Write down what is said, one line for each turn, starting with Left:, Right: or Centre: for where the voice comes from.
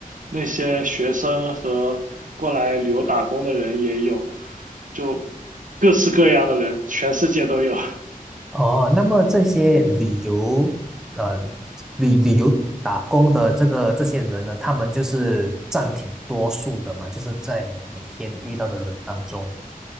Right: 那些学生和过来旅游打工的人也有，就各式各样的人，全世界都有。<laughs>
Centre: 哦，那么这些旅游，呃，旅旅游打工的这个这些人呢，他们就是占挺多数的嘛，就是在你每天遇到的人当中。